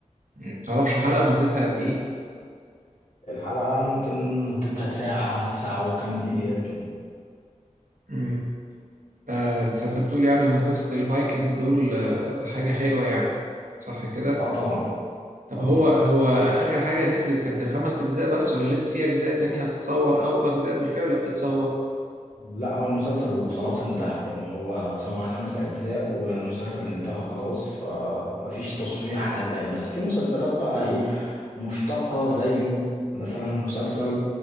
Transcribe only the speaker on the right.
مم. تعرفش الحلقة مدتها قد ايه
امم آه فانت بتقول يعني ان قصة الفايكنج دول آه، حاجة حلوة يعني صح كده
طب
هو هو اخر حاجة نزلت كانت الخمس اجزاء بس ولا لسه في اجزاء تاني هتتصور او اجزاء بالفعل بتتصور